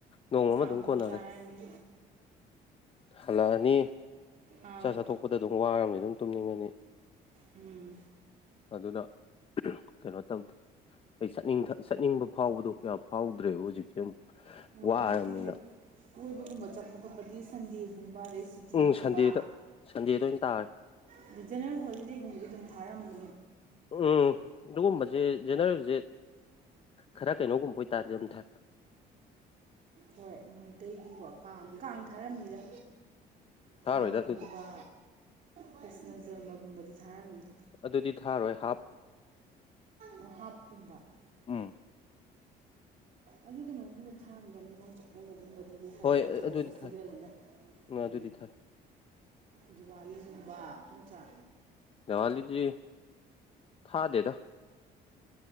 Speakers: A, on the left; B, on the right.
A: ꯅꯣꯡꯃ
B: ꯆꯥꯛ
A: ꯑꯃ ꯑꯗꯨꯝ
B: ꯑꯃꯨꯛ
A: ꯀꯣꯟꯅꯔꯦ
B: ꯆꯥꯔꯅꯤ
A: ꯍꯜꯂꯛꯑꯅꯤ
B: ꯑꯥ
A: ꯆꯥꯛ ꯆꯥꯊꯣꯛꯄꯗ ꯑꯗꯨꯝ ꯋꯥꯔꯕꯅꯤꯅ ꯑꯗꯨꯝ ꯇꯨꯝꯅꯤꯡꯉꯅꯤ
B: ꯎꯝ
A: ꯑꯗꯨꯅ ꯀꯩꯅꯣ ꯇꯧꯗꯦ ꯑꯩ ꯆꯠꯅꯤꯡ ꯆꯠꯅꯤꯡꯕ ꯐꯥꯎꯕꯗꯣ ꯀꯌꯥ ꯐꯥꯎꯗ꯭ꯔꯦꯕ ꯍꯧꯖꯤꯛꯁꯦ ꯑꯃꯨꯛ
B: ꯑꯣ
A: ꯋꯥꯔꯕꯅꯤꯅ
B: ꯑꯗꯨꯗꯤ ꯀꯣꯏꯕꯒꯨꯝꯕ ꯆꯠꯄ ꯈꯣꯠꯄꯗꯤ ꯁꯟꯗꯦꯒꯨꯝꯕ ꯑꯗꯩ ꯁꯨꯇꯤꯒꯨꯝꯕ
A: ꯎꯝ ꯁꯟꯗꯦꯗ ꯁꯟꯗꯦꯗ ꯑꯣꯏꯅ ꯇꯥꯔꯦ
B: ꯑꯗꯣ ꯖꯦꯅꯔꯦꯜ ꯍꯣꯂꯤꯗꯦꯒꯨꯝꯕꯗꯤ ꯑꯗꯨꯝ ꯊꯥꯔꯝꯅꯤ꯫
A: ꯎꯝ ꯑꯗꯨꯒꯨꯝꯕꯁꯦ ꯖꯦꯅꯦꯔꯦꯜꯁꯦ ꯈꯔ ꯀꯩꯅꯣꯒꯨꯝꯕ ꯑꯣꯏꯇꯥꯥꯗꯤ ꯑꯗꯨꯝ ꯊꯥꯢ꯫
B: ꯍꯣꯏ ꯃꯩꯇꯩꯒꯤꯀꯣ ꯀꯥꯡ ꯀꯥꯡ ꯊꯥꯔꯝꯅꯤꯗ ꯀꯥꯡꯒꯨꯝꯕ
A: ꯊꯥꯔꯣꯏꯗ ꯑꯗꯨꯗꯤ
B: ꯀ꯭ꯔꯤꯁꯅ ꯖꯔꯃꯒꯨꯝꯕꯗꯤ ꯊꯥꯔꯝꯅꯤ
A: ꯑꯗꯨꯗꯤ ꯊꯥꯔꯣꯏ ꯍꯥꯞ
B: ꯑꯣ ꯍꯥꯞꯀꯨꯝꯕ
A: ꯎꯝ
B: ꯑꯗꯨ ꯀꯩꯅꯣꯒꯨꯝꯕ ꯊꯥꯔꯝꯅꯤꯗ ꯅꯤꯡꯉꯣꯜ ꯆꯥꯛꯀꯧꯕꯒꯨꯝꯕ ꯗꯤ ꯍꯥꯏꯗꯤ
A: ꯍꯣꯏ
B: ꯑꯆꯧꯕ
A: ꯑꯗꯨꯗꯤ
B: ꯐꯦꯁꯇꯤꯚꯦꯜꯅꯤꯅ
A: ꯊꯥꯏ ꯑꯗꯨꯗꯤ
B: ꯎꯝ
A: ꯊꯥꯏ
B: ꯗꯤꯋꯥꯂꯤꯒꯨꯝꯕ ꯅꯠꯇ꯭ꯔ
A: ꯗꯦꯋꯥꯂꯤꯗꯤ ꯊꯥꯗꯦꯗ